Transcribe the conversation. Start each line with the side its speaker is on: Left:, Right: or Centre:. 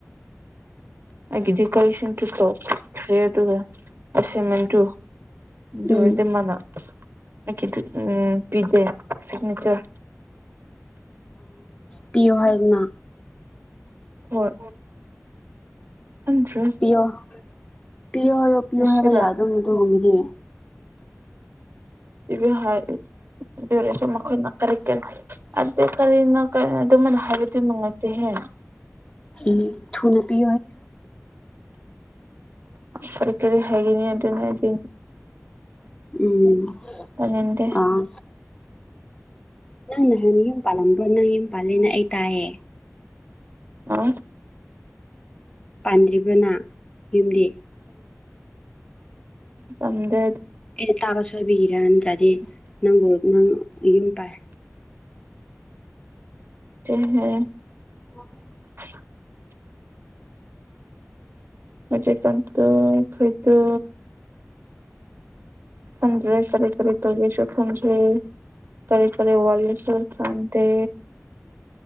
Right: ꯑꯩꯒꯤ ꯗꯦꯀꯣꯔꯦꯁꯟ ꯇ ꯇ꯭ꯔꯦꯠ ꯑꯗꯨꯒ ꯑꯦꯁꯦꯟꯃꯦꯟꯗꯨꯨ ꯑꯗꯨ
Left: ꯎꯝ
Right: ꯑꯣꯏꯔꯗꯤ ꯃꯅꯥ ꯑꯩ ꯎꯝ ꯄꯤꯗꯦ ꯁꯤꯒꯅꯦꯆꯔ
Left: ꯄꯤꯌꯨ ꯍꯥꯏꯗꯅ
Right: ꯍꯣꯏ ꯈꯟꯗ꯭ꯔꯦ
Left: ꯄꯤꯣ ꯄꯤꯌꯣ ꯍꯥꯏꯣ ꯄꯤꯌꯣ
Right: ꯉꯁꯤꯔ
Left: ꯍꯥꯏꯕ ꯌꯥꯗ ꯑꯃꯗ ꯉꯨꯝꯃꯤꯔꯤꯦ
Right: ꯏꯚ ꯍꯥꯏ ꯔꯦꯁ ꯃꯈꯣꯏꯅ ꯀꯔꯤ ꯀꯔꯤ ꯑꯗꯨ ꯀꯔꯤꯅ ꯀꯔꯤ ꯑꯗꯨꯃꯥꯏꯅ ꯍꯥꯏꯕꯗꯤ ꯅꯨꯡꯉꯥꯏꯇꯦ ꯍꯦ
Left: ꯎꯝ ꯊꯨꯅꯄꯤ
Right: ꯀꯔ ꯀꯔꯤ ꯍꯥꯏꯒꯅꯤ ꯑꯗꯨ ꯑꯗꯨ ꯅ ꯍꯥꯏꯗꯅꯤ
Left: ꯎꯝ
Right: ꯄꯅꯤꯡꯗꯦ
Left: ꯑꯥ ꯅꯪ ꯅꯍꯥꯟ ꯌꯨꯝ ꯄꯥꯜꯂꯝꯕ꯭ꯔꯣ ꯅꯪ ꯌꯨꯝ ꯄꯥꯜꯂꯦꯅ ꯑꯩ ꯇꯥꯏꯌꯦ
Right: ꯑ
Left: ꯄꯥꯟꯗ꯭ꯔꯤꯕ꯭ꯔꯅ ꯌꯨꯝꯗꯤ
Right: ꯇꯝꯗ
Left: ꯑꯦ ꯇꯥꯕ ꯁꯣꯏꯕꯤꯈꯤꯔꯥ ꯅꯠꯇ꯭ꯔꯗꯤ ꯅꯪꯕꯨ ꯅꯪ ꯌꯨꯝ ꯄꯥꯏ
Right: ꯑ ꯍꯥꯏ
Left: ꯎꯝ
Right: <unintelligible> ꯃꯆꯦ ꯀꯥꯟꯇ ꯈꯣꯏꯗ ꯈꯟꯗ꯭ꯔꯦ ꯀꯔꯤ ꯀꯔꯤ ꯇꯧꯒꯦꯁꯨ ꯈꯟꯗ꯭ꯔꯤ ꯇꯔꯤꯦ ꯐꯔꯦ ꯋꯥꯂꯁꯣꯔ ꯆꯥꯟꯗ